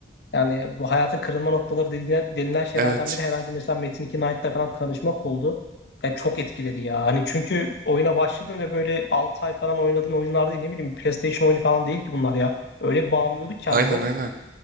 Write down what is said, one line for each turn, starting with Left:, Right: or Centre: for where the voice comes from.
Left: yani bu hayatın kırılma noktaları dediğine- denilen şeylerden
Right: Evet.
Left: biri herhalde mesela Metin 2 Knight'la falan tanışmak oldu. Ya çok etkiledi ya. Hani çünkü oyuna başladın ve böyle 6 ay falan oynadığın oyunlar değil ne bileyim PlayStation oyunu falan değil ki bunlar ya. Öyle bağımlıyorduk kendini.
Right: Aynen aynen.